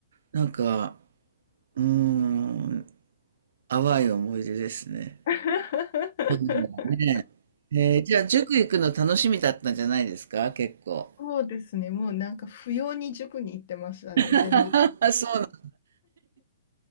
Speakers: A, on the right; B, on the left.
A: う。なんか、うーん、淡い思い出ですね。
B: <laughs>
A: そうねえーじゃあ、塾行くの楽しみだったんじゃないですか結構。
B: そうですね。もうなんか不要に塾に行ってましたね、
A: <laughs>
B: 全然。
A: そうな